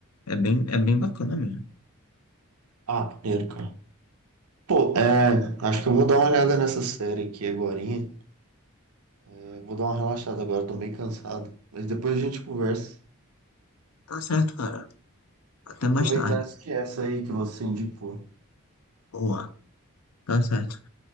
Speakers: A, on the left; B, on the right.
A: É bem, é bem bacana mesmo.
B: Ah, primeiro, cara. Pô, é, acho que eu vou dar uma olhada nessa série aqui agorinha. É, vou dar uma relaxada agora, tô bem cansado. Mas depois a gente conversa.
A: Tá certo, cara. Até
B: Vou
A: mais
B: aproveitar
A: tarde.
B: essa que é essa aí que você indicou.
A: Boa. Tá certo.